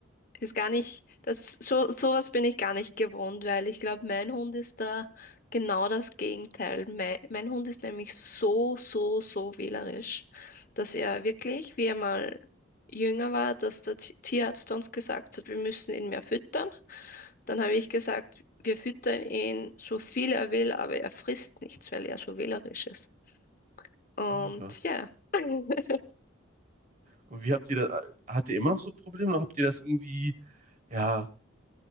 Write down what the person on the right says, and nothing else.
Oh mein Gott.
Und wie habt ihr da, habt ihr immer noch so Probleme oder habt ihr das irgendwie, ja,